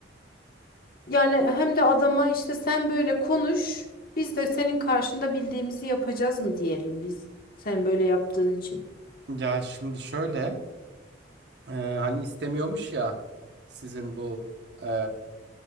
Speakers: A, on the left (about 50°); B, on the right (about 60°).
A: Yani hem de adama işte sen böyle konuş. Biz de senin karşında bildiğimizi yapacağız mı diyelim biz. Sen böyle yaptığın için.
B: Ya şimdi şöyle e, hani istemiyormuş ya sizin bu e,